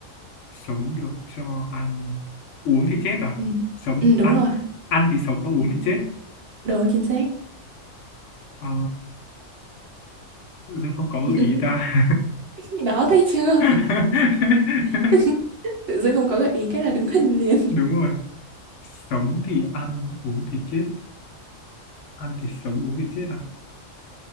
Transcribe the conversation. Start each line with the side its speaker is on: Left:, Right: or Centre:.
Left: Sống được cho ăn. Uống thì chết à?
Right: Ừ,
Left: Sống,
Right: ừ đúng
Left: ăn.
Right: rồi.
Left: Ăn thì sống và uống
Right: Ừ,
Left: thì chết.
Right: đúng, chính xác.
Left: À, tự dưng không có gợi
Right: <laughs>
Left: ý ta.
Right: Đó, thấy chưa?
Left: <laughs>
Right: <laughs> Tự dưng không có gợi ý cái là đứng hình liền.
Left: Đúng rồi. Sống thì ăn, uống thì chết. Ăn thì sống, uống thì chết à?